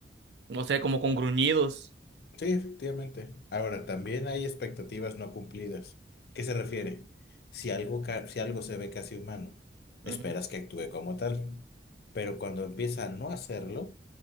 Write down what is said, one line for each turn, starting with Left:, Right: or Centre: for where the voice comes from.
Right: no sé, como con gruñidos.
Left: Sí, efectivamente. Ahora, también hay expectativas no cumplidas. ¿Qué se refiere? Si algo, ca- si algo se ve casi humano,
Right: Ujú.
Left: esperas que actúe como tal. Pero cuando empieza a no hacerlo,